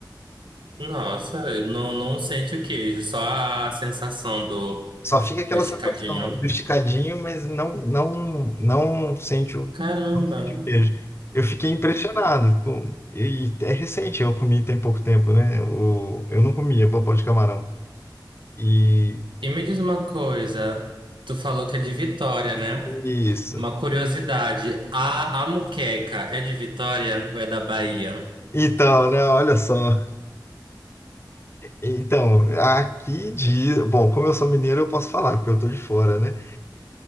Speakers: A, on the right; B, on the left.
A: Nossa, eu não, não sente o queijo, só a sensação do,
B: Só fica aquela
A: do esticadinho.
B: sensação do esticadinho, mas não, não, não sente o,
A: Caramba.
B: não sente o queijo. Eu fiquei impressionado. com- e é recente, eu comi tem pouco tempo, né? O, eu não comia bobó de camarão. E
A: E me diz uma coisa. Tu falou que é de Vitória, né?
B: isso.
A: Uma curiosidade. A, a moqueca é de Vitória ou é da Bahia?
B: Então, né? Olha só. Então, aqui diz. Bom, como eu sou mineiro, eu posso falar, porque eu tô de fora, né?